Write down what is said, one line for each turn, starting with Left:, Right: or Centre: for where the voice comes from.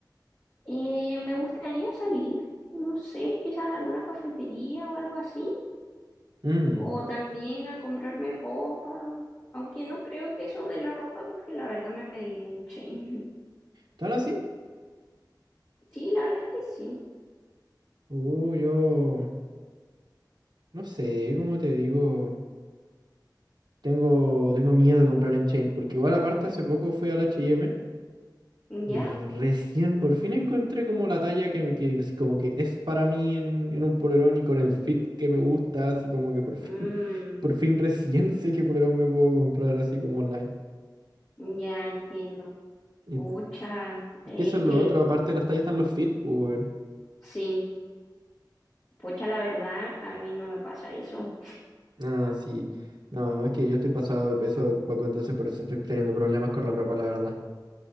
Left: Eh, me gustaría salir, no sé, quizás a alguna cafetería o algo así.
Right: Mm,
Left: O también a comprarme ropa, aunque no creo que eso de la ropa, porque la verdad me pediría en chain. <laughs>
Right: ¿Tan así?
Left: Sí, la verdad es que sí.
Right: Uh, yo no sé, como te digo, tengo, tengo miedo de comprar en Chain, porque igual aparte hace poco fui al H&M.
Left: ¿Ya?
Right: Y recién por fin encontré como la talla que, me- que así como que es para mí en, en un polerón y con el fit que me gusta, así como que por
Left: Mm,
Right: fin, <laughs> por fin recién sé qué polerón me puedo comprar así como online.
Left: ya entiendo.
Right: Y
Left: Pucha, es
Right: que eso es
Left: que
Right: lo
Left: el-
Right: otro, aparte de las tallas están los fit, pues weón.
Left: sí, pucha, la verdad, a mí no me pasa eso.
Right: Ah, sí. No, es que yo estoy pasado de peso un poco, entonces por eso estoy teniendo problemas con la ropa, la verdad.